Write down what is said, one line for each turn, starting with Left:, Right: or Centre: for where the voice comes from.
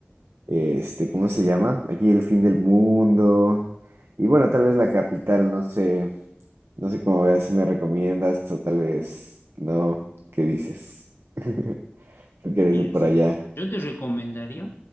Right: este, ¿cómo se llama? Aquí el fin del mundo. Y bueno, tal vez la capital, no sé. No sé cómo veas si me recomiendas o tal vez no. ¿Qué dices? <laughs> Tú que eres
Left: Mira,
Right: de por
Left: sí,
Right: allá.
Left: yo te recomendaría,